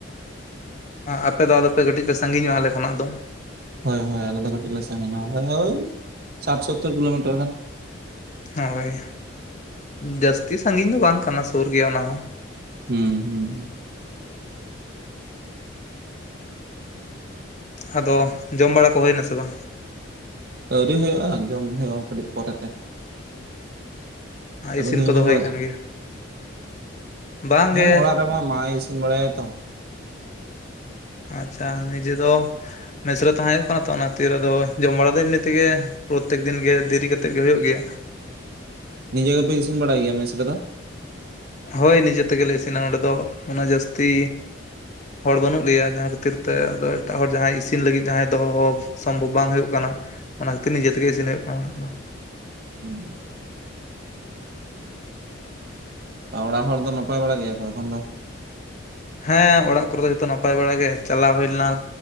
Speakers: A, on the left; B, on the right.
A: ᱟᱯᱮ ᱫᱚ ᱟᱫᱚᱯᱮ ᱠᱟᱹᱴᱤᱡ ᱯᱮ ᱥᱟᱺᱜᱤᱧᱚᱜᱼᱟ ᱟᱞᱮ ᱠᱷᱚᱱᱟᱜ ᱫᱚ᱾
B: ᱦᱳᱭ ᱦᱳᱭ ᱟᱞᱟᱫᱟ ᱠᱟᱹᱴ ᱞᱮ ᱥᱱᱟ ᱟ ᱳᱭ ᱥᱟᱴ ᱥᱳᱚᱛᱛᱳᱨ ᱠᱤᱞᱳᱢᱤᱴᱟᱨ ᱜᱟᱱ᱾
A: ᱦᱳᱭ ᱡᱟᱹᱥᱛᱤ ᱥᱟᱺᱜᱤᱧ ᱫᱚ ᱵᱟᱝ ᱠᱟᱱᱟ ᱥᱩᱨ ᱜᱮ ᱚᱱᱟ ᱦᱚᱸ᱾
B: ᱦᱮᱸ ᱦᱮᱸ
A: ᱟᱫᱚ ᱡᱚᱢ ᱵᱟᱲᱟ ᱠᱚ ᱦᱩᱭ ᱱᱟᱥᱮ ᱵᱟᱝ?
B: ᱟᱹᱣᱨᱤ ᱦᱩᱭᱩᱜᱼᱟ ᱡᱚᱢ ᱦᱩᱭᱩᱜᱼᱟ ᱠᱟᱹᱴᱤᱡ ᱯᱚᱨᱮᱛᱮ᱾
A: ᱟᱨ
B: ᱟᱹᱵᱤᱱ
A: ᱤᱥᱤᱱ
B: ᱫᱚᱵᱤᱱ
A: ᱠᱚᱫᱚ
B: ᱡᱚᱢ
A: ᱦᱩᱭ
B: ᱵᱟᱲᱟ
A: ᱠᱟᱱ
B: ᱠᱮᱫᱟ
A: ᱜᱮᱭᱟ? ᱵᱟᱝ
B: ᱦᱮᱸ
A: ᱜᱮ
B: ᱚᱲᱟᱜ ᱨᱮᱢᱟ ᱢᱟᱭ ᱤᱥᱤᱱ ᱵᱟᱲᱟᱭᱟ ᱛᱚ᱾
A: ᱟᱪᱪᱷᱟ ᱱᱤᱡᱮ ᱫᱚ ᱢᱮᱤᱥᱨᱮ ᱛᱟᱦᱮᱸ ᱦᱩᱭᱩᱜ ᱠᱟᱱᱟ ᱛᱚ ᱚᱱᱟ ᱛᱤ ᱟᱫᱚ ᱡᱚᱢ ᱵᱟᱲᱟ ᱫᱚ ᱮᱢᱱᱤ ᱛᱮᱜᱮ ᱯᱨᱚᱛᱛᱮᱠ ᱫᱤᱱ ᱜᱮ ᱫᱮᱨᱤ ᱠᱟᱛᱮᱫ ᱜᱮ ᱦᱩᱭᱩᱜ ᱜᱮᱭᱟ᱾
B: ᱱᱤᱡᱮ ᱜᱮᱯᱮ ᱤᱥᱤᱱ ᱵᱟᱲᱟᱭ ᱜᱮᱭᱟ ᱢᱮᱥ ᱨᱮ ᱫᱚ?
A: ᱦᱳᱭ ᱱᱤᱡᱮ ᱛᱮᱜᱮᱞᱮ ᱤᱥᱤᱱᱟ ᱱᱚᱸᱰᱮ ᱫᱚ ᱩᱱᱟᱹᱜ ᱡᱟᱹᱥᱛᱤ ᱦᱚᱲ ᱵᱟᱹᱱᱩᱜ ᱞᱮᱭᱟ ᱡᱟᱦᱟᱸᱤᱨ ᱠᱷᱟᱹᱛᱤᱨ ᱛᱮ ᱮᱴᱟᱜ ᱦᱚᱲ ᱡᱟᱦᱟᱸᱭ ᱤᱥᱤᱱ ᱞᱟᱹᱜᱤᱫ ᱡᱟᱦᱸᱟᱭ ᱫᱚᱦᱚ ᱥᱚᱢᱵᱷᱚᱵᱽ ᱵᱟᱝ ᱦᱩᱭᱩᱜ ᱠᱟᱱᱟ᱾ ᱚᱱᱟ ᱠᱷᱟᱹᱛᱤᱨ ᱱ ᱡᱛᱮᱜ ᱜᱮ ᱤᱥᱤᱱ ᱦᱩᱭᱩᱜ ᱠᱟᱱᱟ᱾
B: ᱦᱮᱸ ᱚᱲᱟᱜ ᱦᱚᱲ ᱫᱚ ᱱᱟᱯᱟᱭ ᱵᱟᱲᱟ ᱜᱮᱭᱟ ᱠᱚ ᱮᱠᱷᱚᱱ ᱫᱚ?
A: ᱦᱮᱸ ᱚᱲᱟᱜ ᱠᱚᱨᱮ ᱫᱚ ᱡᱚᱛᱚ ᱱᱟᱯᱟᱭ ᱵᱟᱲᱟᱟᱜ ᱜᱮ ᱪᱟᱞᱟᱣ ᱦᱩᱭ ᱞᱮᱱᱟ